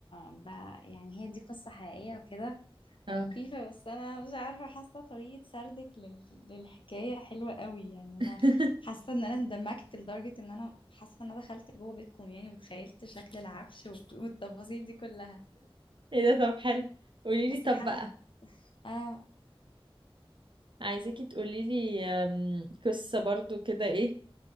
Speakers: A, on the left; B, on the right.
A: ب... يعني هي دي قصة حقيقية وكده
B: اه
A: مخيفة بس أنا مش عارفة حاسة طريقة سردك لل... للحكاية حلوة قوي يعني أنا
B: <laughs>
A: حاسة إن أنا اندمجت لدرجة إن أنا حاسة إن أنا دخلت جوه بيتكم يعني وتخيلت شكل العفش وك- والتفاصيل دي كلها
B: ايه ده طب حلو قولي لي
A: بس
B: طب
A: الحق
B: بقى
A: آه
B: عايزاكي تقولي لي آم، قصه برضو كده ايه